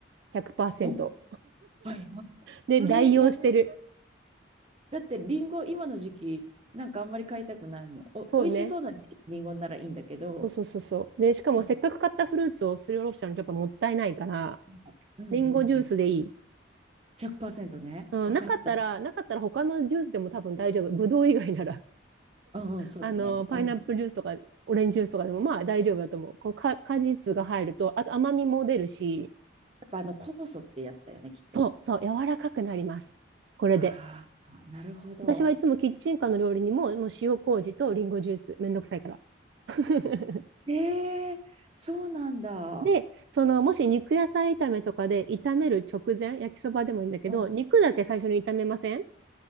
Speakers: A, on the right; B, on the right.
A: 100%。
B: お、はい。はい。
A: で、
B: それやる。
A: 代用してる。
B: だってリンゴ今の時期、なんかあんまり買いたくないもん。お、
A: そうね。
B: 美味しそうな時期リンゴならいいんだけど、
A: そうそうそうそう。で、しかもせっかく買ったフルーツをすりおろしちゃうのちょっともったいないから、
B: あ、はいうんうんうん。
A: リンゴジュースでいい。
B: 100%ね。
A: うん、
B: わかった。
A: なかったら、なかったら他のジュースでも多分大丈夫。ぶどう以外なら。
B: うんうん、そうだね。
A: あの、パイナップルジュースとか、
B: うんうん。
A: オレンジジュースとかでも、まあ大丈夫だと思う。こうか、果実が入ると、あと甘みも出るし、
B: やっぱあの酵素ってやつだよね、きっと。
A: そう、そう、柔らかくなります。これで。
B: ああ、なるほど。
A: 私はいつもキッチンカーの料理にも、もう塩麹とリンゴジュース、めんどくさいから。<laughs>
B: ええそうなんだ。
A: で、その、もし肉野菜炒めとかで炒める直前、焼きそばでもいいんだけど、
B: うん。
A: 肉だけ最初に炒めません